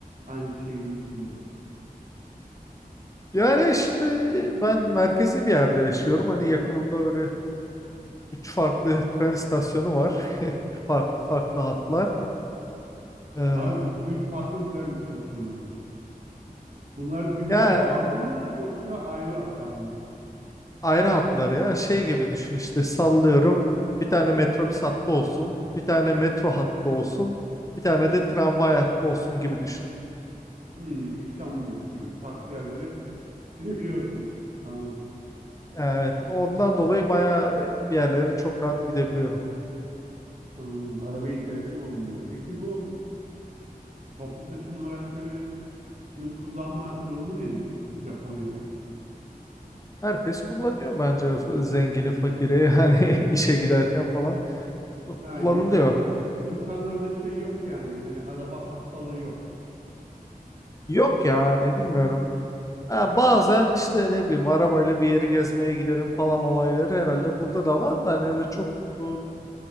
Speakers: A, on the right; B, on the left.
A: Aynı şehrin içinde.
B: Yani şimdi ben merkezi bir yerde yaşıyorum. Hani yakınımda böyle Üç farklı tren istasyonu var. <laughs> Farklı farklı hatlar. Ee,
A: Abi ü- üç farklı tren istasyonu. Bunlar birbirine
B: ya
A: bağlı mı yoksa ayrı hatlar mı?
B: ayrı hatlar ya. Şey gibi düşün işte sallıyorum. Bir tane metrobüs hattı olsun. Bir tane metro hattı olsun. Bir tane de tramvay hattı olsun gibi düşün.
A: Hmm, İstanbul'daki gibi farklı yerlere gidebiliyorsun. Anladım.
B: Evet, ondan dolayı bayağı e, bir yerlere çok rahat gidebiliyorum.
A: Anladım. Arabaya ihtiyacın olmuyor. Peki bu toplu taşıma araçlarını kullanma durumu nedir Japonya'da?
B: Herkes kullanıyor bence f- zengini, fakiri <laughs> yani işe giderken falan
A: Ha,
B: kullanılıyor.
A: insanlarda insanlarda şey yok yani. Hani araba hastalığı yok.
B: Yok ya ne bilmiyorum. Ha, bazen işte ne bileyim arabayla bir yeri gezmeye gidelim falan olayları herhalde burada da var da hani öyle çok e,